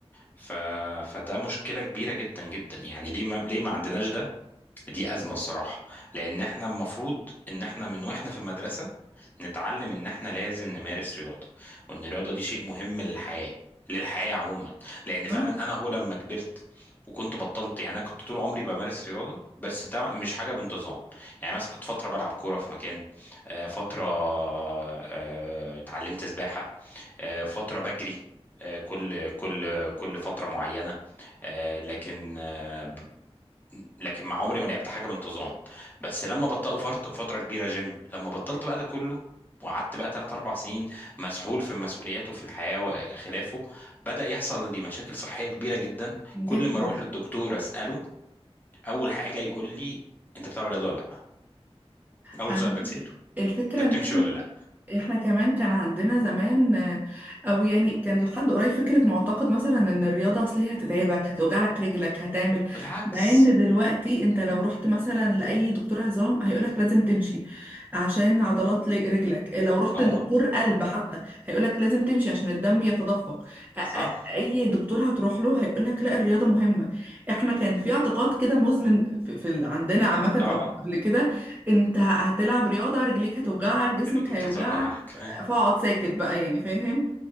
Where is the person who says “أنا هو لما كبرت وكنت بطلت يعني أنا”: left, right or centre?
Left